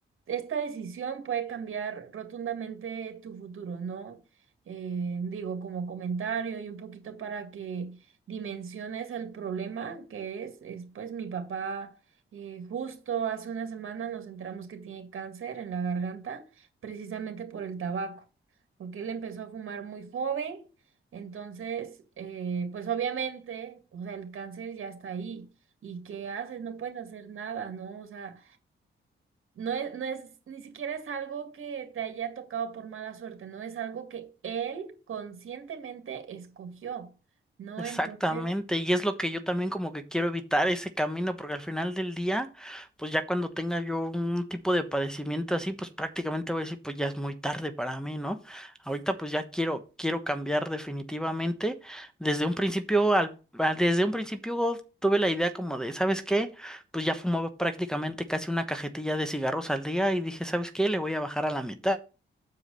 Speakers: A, on the right; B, in the centre.
A: esta decisión puede cambiar rotundamente tu futuro, ¿no? Eh, digo, como comentario y un poquito para que dimensiones el problema que es, es pues mi papá eh, justo hace una semana nos enteramos que tiene cáncer en la garganta, precisamente por el tabaco, porque él empezó a fumar muy joven, entonces, eh, pues obviamente, o sea, el cáncer ya está ahí. ¿Y qué haces? No puedes hacer nada, ¿no? O sea, no es, no es, ni siquiera es algo que te haya tocado por mala suerte, no es algo que él conscientemente escogió, ¿no?
B: Exactamente,
A: Entonces...
B: y es lo que yo también como que quiero evitar ese camino, porque al final del día, pues ya cuando tenga yo un tipo de padecimiento así, pues prácticamente voy a decir, pues ya es muy tarde para mí, ¿no? Ahorita pues ya quiero, quiero cambiar definitivamente. Desde un principio, al, a- desde un principio tuve la idea como de, ¿sabes qué? Pues ya fumaba prácticamente casi una cajetilla de cigarros al día y dije, ¿sabes qué? Le voy a bajar a la mitad